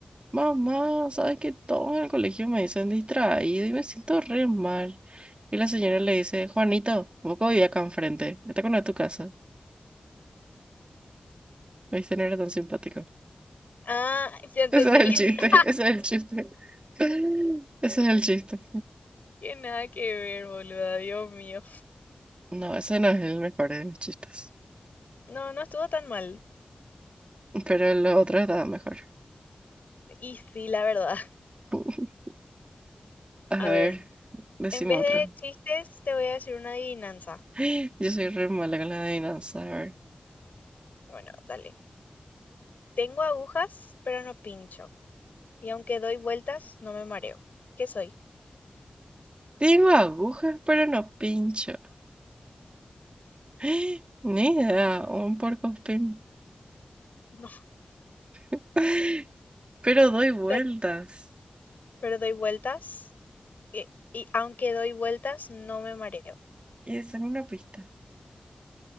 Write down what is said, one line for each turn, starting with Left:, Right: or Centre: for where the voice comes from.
Right: mamá, ¿sabes que todos en el colegio me dicen distraído y me siento re mal? Y la señora le dice, Juanito, vos que vivís acá enfrente, esta acá no es tu casa. Viste, no era tan simpático.
Left: Ah, ya entendí.
Right: Ese es el chiste,
Left: <laughs>
Right: ese es el chiste. <laughs> Ese es el chiste.
Left: Que nada que ver, boluda, Dios mío.
Right: No, ese no es el mejor de mis chistes.
Left: No, no estuvo tan mal.
Right: Pero el otro estaba mejor.
Left: Y sí, la verdad.
Right: <laughs> A ver,
Left: A ver,
Right: decime
Left: en vez
Right: otro.
Left: de chistes, te voy a decir una adivinanza.
Right: <gasps> Yo soy re mala con la adivinanza. A ver.
Left: Bueno, dale. Tengo agujas, pero no pincho. Y aunque doy vueltas, no me mareo. ¿Qué soy?
Right: Tengo agujas, pero no pincho. <gasps> Ni idea, un porcospín.
Left: <laughs> No,
Right: <laughs> Pero doy vueltas.
Left: te- pero doy vueltas. eh, y aunque doy vueltas, no me mareo.
Right: Y esa es una pista.